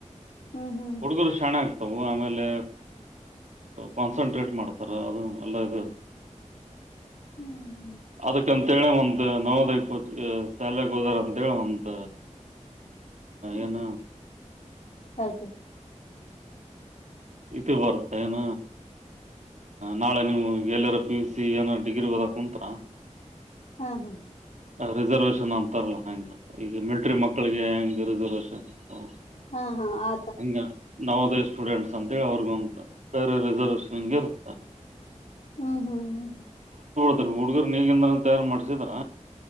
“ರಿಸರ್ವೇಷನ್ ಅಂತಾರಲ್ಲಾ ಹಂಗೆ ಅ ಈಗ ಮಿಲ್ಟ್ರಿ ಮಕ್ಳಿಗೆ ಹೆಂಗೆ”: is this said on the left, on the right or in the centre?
Right